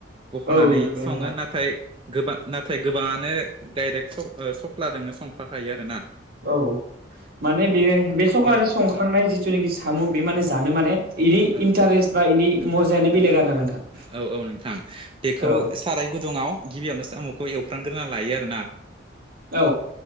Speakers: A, on the right (about 30°); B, on the right (about 55°).
A: बख'नानै
B: औ नंगौ
A: सङो
B: नोंथां
A: नाथाय गोबां नाथाय गोबाङानो डाइरेक्ट सख्लाजोंनो संफाखायो आरो ना
B: औ माने बेयो बे सखारि
A: औ
B: संखांनाय जिथुनाखि सामु बे माने जानो माने इनि
A: औ
B: इन्टारेस्ट बा इनि मजायानो बेलेग आरो ना नोंथां
A: औ औ नोंथां बेखौ
B: औ
A: साराय गुदुङाव गिबियावनो सामुखौ एवफ्रामग्रोना लायो आरो ना
B: औ